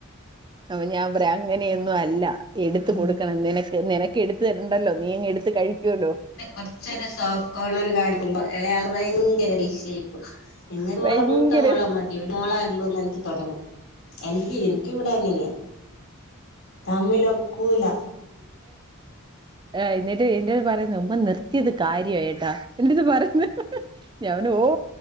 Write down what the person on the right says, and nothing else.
അപ്പ ഞാൻ പറയാ അങ്ങനെയൊന്നും അല്ല എടുത്ത
കൊടുക്കണം നിനക്ക് നിനക്ക് എടുത്ത് തരണ്ടല്ലോ നീ അങ് എടുത്ത് കഴിക്കുവല്ലോ?
ഭയങ്കര
ആ എന്നിട്ട് എന്റട്ത് പറയുന്ന ഉമ്മ നിർത്തിയത് കാര്യാട്ടാ എന്റെത് പറയുന്നേ ഞൻ ഓ